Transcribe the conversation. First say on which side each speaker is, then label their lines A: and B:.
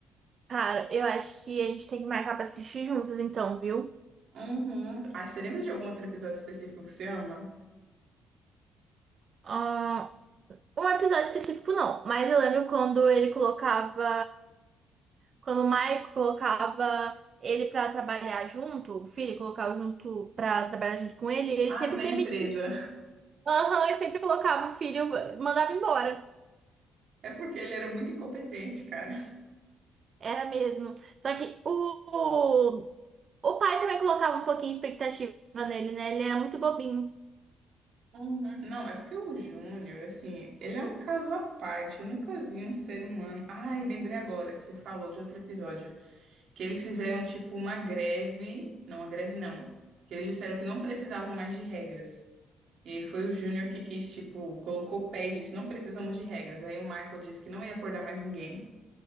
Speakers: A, on the right; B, on the right.
A: Cara, eu acho que a gente tem que marcar pra assistir juntos, então, viu?
B: Uhum. Ai, você lembra de algum outro episódio específico que você ama?
A: Ah, um episódio específico não, mas eu lembro quando ele colocava, quando o Michael colocava ele pra trabalhar junto, o filho colocava junto pra trabalhar junto com ele, ele
B: Ai,
A: sempre
B: na
A: demitia,
B: empresa. <laughs>
A: aham, ele sempre colocava o filho, mandava embora.
B: É porque ele era muito incompetente, cara.
A: Era mesmo. Só que o, o, o pai também colocava um pouquinho de expectativa nele, né? Ele era muito bobinho.
B: Uhum. Não, é porque o Júnior, assim, ele é um caso à parte. Eu nunca vi um ser humano. Ai, lembrei agora que você falou de outro episódio. Que eles fizeram, tipo, uma greve. Não, uma greve não. Que eles disseram que não precisavam mais de regras. E aí foi o Júnior que quis, tipo, colocou o pé e disse: não precisamos de regras. Aí o Michael disse que não ia acordar mais ninguém,